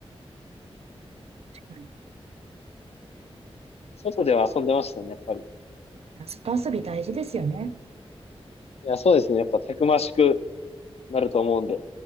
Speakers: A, on the right; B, on the left.
A: はい。<laughs>
B: 外では遊んでましたね、やっぱり。
A: 外遊び大事ですよね。
B: いや、そうですね。やっぱたくましくなると思うんで。